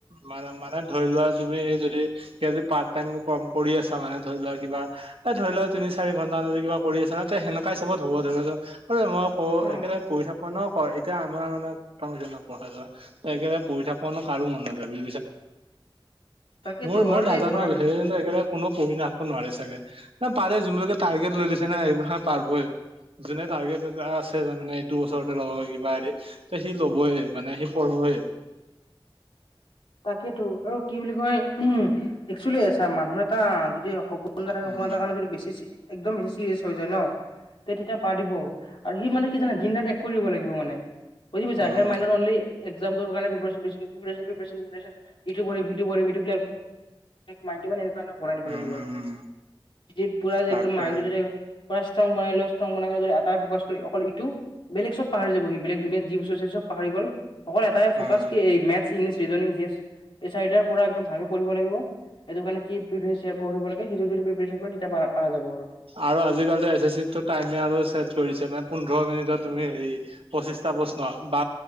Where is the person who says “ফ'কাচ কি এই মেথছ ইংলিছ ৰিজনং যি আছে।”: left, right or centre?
Left